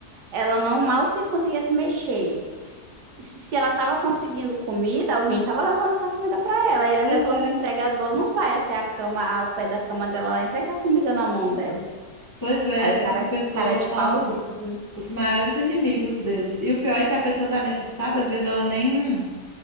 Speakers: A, on the right; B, on the left.
A: ela não mal se conseguia se mexer. Se se ela tava conseguindo comida, alguém tava levando essa comida pra ela. Ele
B: Pois
A: até falou que
B: é,
A: o entregador não vai até a cama, ao pé da cama dela lá entregar comida na mão dela.
B: pois é,
A: Aí o cara,
B: essas pessoas
A: cara de
B: são
A: pausíssimo.
B: os maiores inimigos deles. E o pior é que a pessoa tá nesse estado, às vezes ela nem